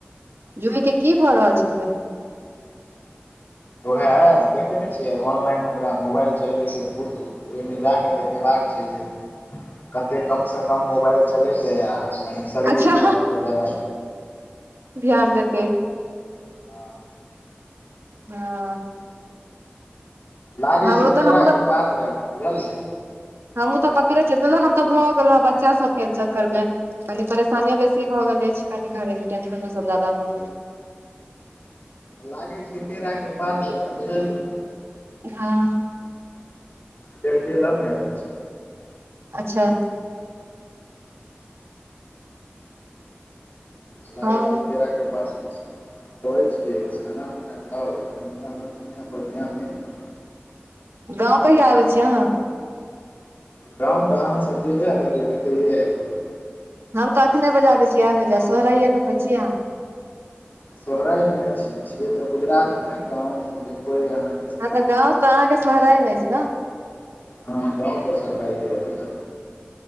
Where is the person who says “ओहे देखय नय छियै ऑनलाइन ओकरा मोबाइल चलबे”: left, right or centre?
Left